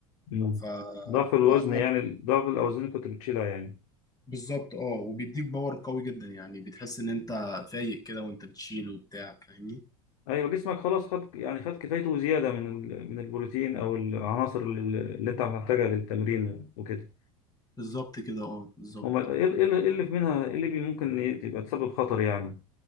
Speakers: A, on the left; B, on the left.
A: مم.
B: ف...
A: ضعف الوزن
B: فأنا
A: يعني ضعف الأوزان اللي كنت بتشيلها يعني
B: بالظبط اه وبيديك باور قوي جدا يعني بتحس ان انت فايق كده وانت بتشيل وبتاع فاهمني
A: أيوة جسمك خلاص خد يعني خد كفايته وزيادة من ال... من البروتين أو العناصر اللي اللي أنت هتحتاجها للتمرين وكده
B: بالظبط كده اه بالظبط
A: أمال إيه ال- إيه ال- إيه اللي في منها إيه اللي بي- ممكن ي- تبقى تسبب خطر يعني